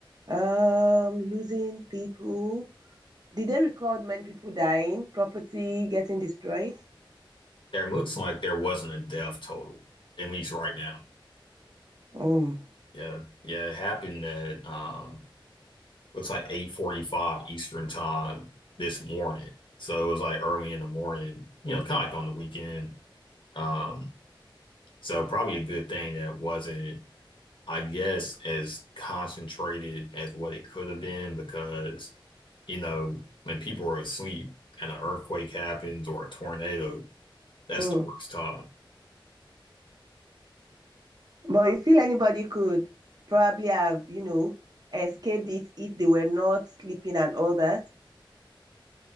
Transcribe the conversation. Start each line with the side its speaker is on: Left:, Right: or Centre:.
Right: Um, losing people. Did they record many people dying, property getting destroyed?
Left: There looks like there wasn't a death total, at least right now.
Right: Mm,
Left: Yeah, yeah, it happened at um, looks like 8:45 Eastern time this morning. So it was like early in the morning, you know, kind of like on the weekend. Um, so probably a good thing that wasn't, I guess, as concentrated as what it could have been because, you know, when people are asleep and an earthquake happens or a tornado, that's
Right: mm.
Left: the worst time.
Right: But you feel anybody could probably have, you know, escaped it if they were not sleeping and all that.